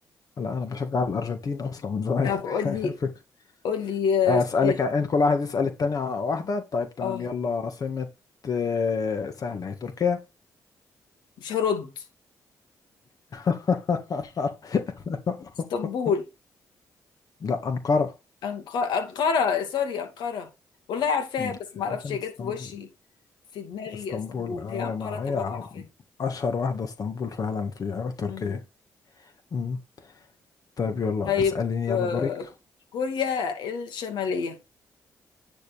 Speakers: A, on the left; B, on the left.
A: لا انا بشجع الارجنتين اصلا من زمان
B: طب قول لي
A: <laughs> فك-
B: قول لي
A: اسالك
B: آه، سؤال
A: انت كل واحد يسال التاني على واحدة طيب تمام
B: اه
A: يلا عاصمة آه، سهلة هي تركيا
B: مش هرد
A: <laughs>
B: <laughs> اسطنبول
A: لا انقرة
B: أنق- أنقرة سوري أنقرة والله عارفاها
A: مم.
B: بس
A: هي
B: ما اعرفش
A: كانت
B: هي جت
A: اسطنبول
B: في وشي في دماغي
A: اسطنبول
B: اسطنبول
A: اه
B: هي أنقرة
A: يا ما
B: طبعا
A: هي عم-
B: عارفاها
A: اشهر واحدة اسطنبول فعلا في تركيا
B: مم.
A: مم. طيب يلا
B: طيب
A: اسأليني
B: آه،
A: يلا دورك
B: كوريا الشمالية